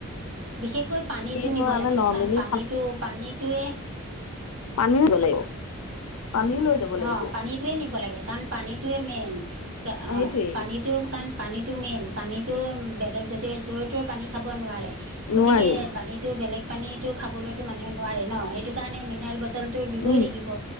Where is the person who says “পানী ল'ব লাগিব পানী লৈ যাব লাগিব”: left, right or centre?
Left